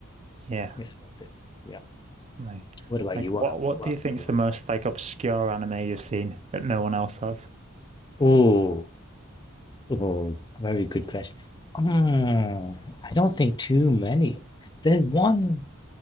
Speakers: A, on the right; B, on the left.
A: Yeah,
B: it's worth it. Yeah.
A: like,
B: What about
A: like
B: you? What
A: what
B: else?
A: what
B: What
A: do
B: else
A: you think's
B: have you watched?
A: the most like obscure anime you've seen that no one else has?
B: Oh, oh, very good question. Mm, I don't think too many. There's one,